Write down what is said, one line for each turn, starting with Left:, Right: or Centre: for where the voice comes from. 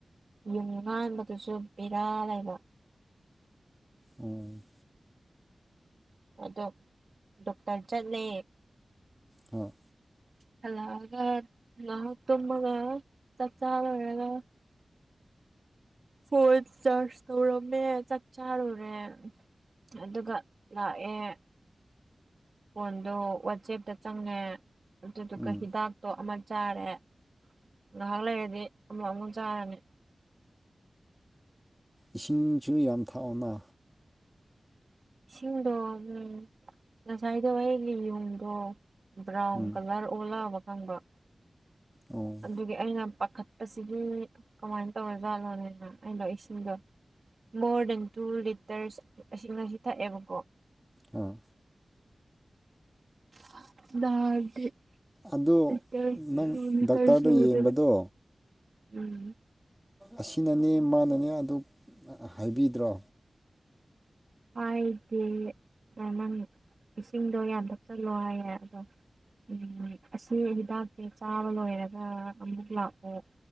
Right: ꯌꯨꯡ ꯉꯥꯟꯕꯗꯨꯁꯨ ꯕꯤꯔꯥ ꯂꯩꯕ
Centre: ꯎꯝ
Right: ꯑꯗꯣ ꯗꯣꯛꯇꯔ ꯆꯠꯂꯦ
Centre: ꯍꯣꯏ
Right: ꯍꯜꯂꯛꯑꯒ ꯉꯍꯛ ꯇꯨꯝꯃꯒ ꯆꯥꯛ ꯆꯥ ꯂꯣꯏꯔꯒ ꯐꯣꯟ ꯆꯔꯖ ꯇꯧꯔꯝꯃꯦ ꯆꯥꯛ ꯆꯥꯔꯨꯔꯦ ꯑꯗꯨꯒ ꯂꯥꯛꯑꯦ ꯐꯣꯟꯗꯨ ꯋꯥꯠꯆꯦꯞꯇ ꯆꯪꯉꯦ ꯑꯗꯨꯗꯨꯒ
Centre: ꯎꯝ
Right: ꯍꯤꯗꯥꯛꯇꯣ ꯑꯃ ꯆꯥꯔꯦ ꯉꯍꯥꯛ ꯂꯩꯔꯗꯤ ꯑꯃ ꯑꯃꯨꯛ ꯆꯥꯔꯅꯤ
Centre: ꯏꯁꯤꯡꯁꯨ ꯌꯥꯝ ꯊꯛꯑꯣꯅ
Right: ꯏꯁꯤꯡꯗꯣ ꯎꯝ ꯉꯁꯥꯏꯗꯣ ꯑꯩꯒꯤ <unintelligible> ꯕ꯭ꯔꯥꯎꯟ
Centre: ꯎꯝ
Right: ꯀꯂꯔ ꯑꯣꯜꯂꯛꯑꯕ ꯈꯪꯕ
Centre: ꯑꯣ
Right: ꯑꯗꯨꯒꯤ ꯑꯩꯅ ꯄꯥꯈꯠꯄꯁꯤꯗꯤ ꯀꯃꯥꯏꯟ ꯇꯧꯔ ꯖꯥꯠꯂꯣꯅꯦꯅ ꯑꯩꯅꯣ ꯏꯁꯤꯡꯗꯣ ꯃꯣꯔ ꯗꯦꯟ ꯇꯨ ꯂꯤꯇꯔꯁ ꯑꯁꯤ ꯉꯁꯤ ꯊꯛꯑꯦꯕꯀꯣ
Centre: ꯑ
Right: <unintelligible>
Centre: ꯑꯗꯣ
Right: ꯂꯤꯇꯔ
Centre: ꯅꯪ
Right: ꯇꯨ ꯂꯤꯇꯔꯁꯨ
Centre: ꯗꯥꯛꯇꯔꯗ
Right: ꯌꯧꯗꯦꯗ
Centre: ꯌꯦꯡꯕꯗꯣ
Right: ꯎꯝ
Centre: ꯑꯁꯤꯅꯅꯦ ꯃꯥꯅꯅꯦ ꯑꯗꯨ ꯍꯥꯏꯕꯤꯗ꯭ꯔꯣ
Right: ꯍꯥꯏꯗꯦ ꯑꯥ ꯅꯪ ꯏꯁꯤꯡꯗꯣ ꯌꯥꯝ ꯊꯛꯆꯟꯂꯣ ꯍꯥꯏꯌꯦ ꯑꯗꯣ ꯎꯝ ꯑꯁꯤ ꯍꯤꯗꯥꯛꯇꯤ ꯆꯥꯕ ꯂꯣꯏꯔꯒ ꯑꯃꯨꯛ ꯂꯥꯛꯑꯣ